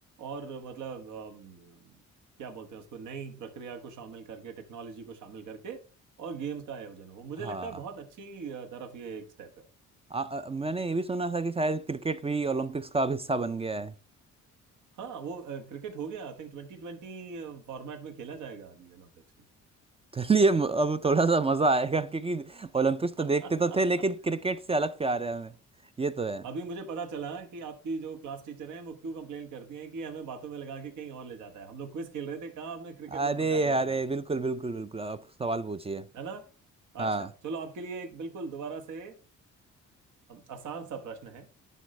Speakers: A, on the right; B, on the right.
A: और मतलब अम, क्या बोलते हैं उसको नई प्रक्रिया को शामिल करके टेक्नोलॉजी को शामिल करके और गेम्स का आयोजन हो मुझे
B: हाँ
A: लगता है बहुत अच्छी अ, तरफ ये एक स्टेप है
B: आ, आ, मैंने ये भी सुना था कि शायद क्रिकेट भी ओलंपिक्स का अब हिस्सा बन गया है
A: हाँ वो क्रिकेट हो गया I think twenty twenty format में खेला जाएगा अभी ओलंपिक्स में
B: <laughs> चलिए म- अब थोड़ा सा मज़ा आएगा क्योंकि ओलंपिक्स तो देखते
A: <laughs>
B: तो थे लेकिन क्रिकेट से अलग प्यार है हमें ये तो है
A: अभी मुझे पता चला कि आपकी जो क्लास टीचर हैं वो क्यों कंप्लेन करती हैं कि हमें बातों में लगा के कहीं और ले जाता है हम लोग क्विज खेल रहे थे कहाँ आपने क्रिकेट
B: अरे
A: में पहुंचा दिया
B: अरे
A: मुझे
B: बिल्कुल बिल्कुल बिल्कुल आप सवाल पूछिए
A: है ना
B: हाँ
A: अच्छा चलो आपके लिए एक बिल्कुल दोबारा से अ, आसान सा प्रश्न है